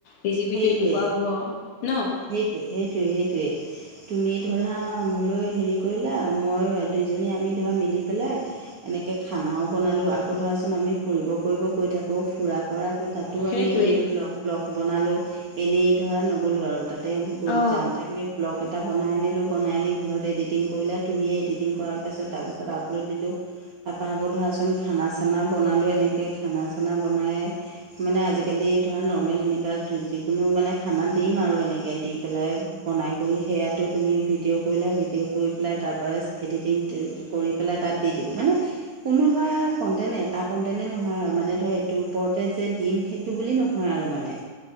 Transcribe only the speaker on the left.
ৰেচিপিটো
এনেকুৱা হ'ব ন
সেইটোৱে
অ